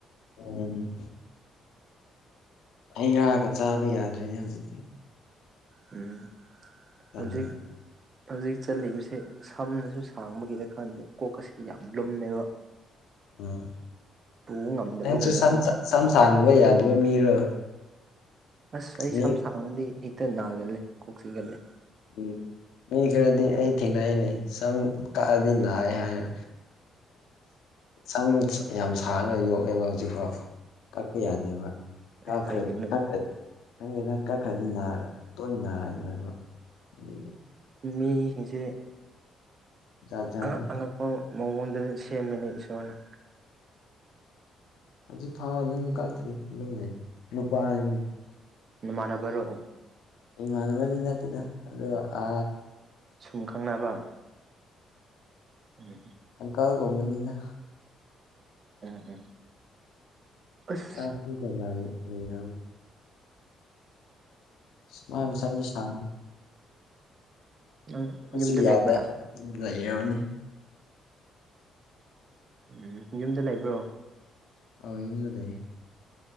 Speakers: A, on the left; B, on the right.
A: ꯎ ꯑꯩꯔꯥꯛꯑꯒ ꯆꯥꯕ ꯌꯥꯗ꯭ꯔꯦꯅꯦ ꯍꯧꯖꯤꯛꯇꯁꯤ
B: ꯎꯝ
A: ꯊꯝꯃꯦ
B: ꯍꯧꯖꯤꯛ ꯍꯧꯖꯤꯛ ꯆꯠꯂꯤꯕꯁꯦ ꯁꯝꯅꯁꯨ ꯁꯥꯡꯕꯒꯤꯗ ꯈꯪꯗꯦ ꯀꯣꯛꯀ ꯑꯁꯤ ꯌꯥꯝ ꯂꯨꯝꯃꯦꯕ
A: ꯎꯝ
B: ꯄꯨꯕ ꯉꯝꯗꯕꯒꯨꯝꯅꯀꯣ
A: ꯅꯪꯁꯨ ꯁꯝ ꯁꯥꯡꯗꯕ ꯌꯥꯗꯕ ꯃꯤꯔꯣ
B: ꯑꯁ ꯑꯩ
A: ꯃꯤ
B: ꯁꯝ ꯁꯥꯡꯅꯗꯤ ꯍꯦꯛꯇ ꯅꯥꯒꯂꯦ ꯀꯣꯛꯁꯤꯒꯠꯂꯦ
A: ꯎꯝ ꯃꯤ ꯈꯔꯗꯤ ꯑꯩ ꯊꯦꯡꯅꯅꯤꯩ ꯁꯝ ꯀꯛꯑꯗꯤ ꯅꯥꯏꯏ ꯍꯥꯏꯔꯦ ꯁꯝ ꯌꯥꯝ ꯁꯥꯡꯅ ꯌꯣꯛꯑꯦꯕ ꯍꯧꯖꯤꯛꯐꯥꯎ ꯀꯛꯄ ꯌꯥꯗꯦꯕ
B: ꯑꯦ ꯀꯩꯒꯤꯅꯣ
A: ꯈ꯭ꯔ꯭ꯔ ꯈꯪꯦ ꯀꯛꯈ꯭ꯔꯗꯤꯅꯥꯔ ꯇꯣꯏꯅ ꯅꯥꯔꯛꯕ ꯑꯦ
B: ꯃꯤꯁꯤꯡꯁꯦ
A: ꯖꯥꯠ ꯖꯥꯠꯅꯤ
B: ꯑꯉꯛ ꯑꯉꯛꯄ ꯃꯑꯣꯡꯗꯨ ꯁꯦꯝꯃꯤꯅꯦ ꯏꯁꯣꯔꯅ
A: ꯍꯧꯖꯤꯛ ꯐꯥꯎ ꯑꯗꯨꯝ ꯀꯇ꯭ꯔꯤ ꯑꯗꯨꯝꯅꯦ ꯅꯨꯄꯥ ꯍꯥꯏꯅꯦ
B: ꯅꯃꯅꯅꯕꯔꯣ
A: ꯑꯩꯃꯥꯟꯅꯕꯗꯤ ꯅꯠꯇꯦꯗ ꯑꯗꯣ ꯑ
B: ꯁꯨꯝ ꯈꯪꯅꯕ ꯎꯝ
A: ꯑꯪꯀꯜꯒꯨꯝꯕꯅꯤꯅ
B: ꯎꯝ ꯎꯝ ꯑꯁ
A: ꯆꯒ ꯂꯩꯔꯝ ꯃꯥ ꯑꯦꯝꯁꯗꯤ ꯁ
B: ꯅꯪ ꯌꯨꯝꯗ
A: ꯁꯤ ꯌꯥꯗ
B: ꯂꯩꯕ꯭ꯔꯥ
A: ꯂꯩꯅꯤ
B: ꯎꯝ ꯌꯨꯝꯗ ꯂꯩꯕ꯭ꯔꯣ
A: ꯑ ꯌꯗꯗꯦ